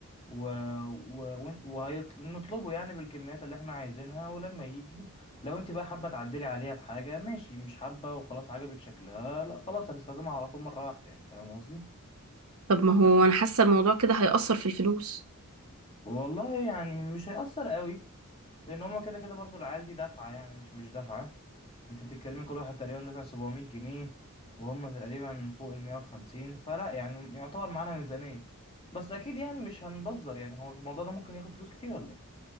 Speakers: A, on the left; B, on the right.
A: و... و... وهنطلبه يعني بالكميات اللي احنا عايزينها ولما يجي لو انت بقى حابة تعدلي عليها في حاجة ماشي مش حابة وخلاص عجبك شكلها لا خلاص هنستخدمها على طول مرة واحدة يعني فاهم قصدي
B: طب ما هو انا حاسه الموضوع كده هيأثر في الفلوس
A: والله يعني مش هيأثر قوي لان هما كده كده برضو العيال دي دافعه يعني مش مش دافعه انت بتتكلمي كل واحد تقريبا دافع 700 جنيه وهم تقريبا فوق ال 150 فلا يعني يعتبر معانا ميزانيه بس اكيد يعني مش هنبذر يعني هو الموضوع ده ممكن ياخد فلوس كتير ولا ايه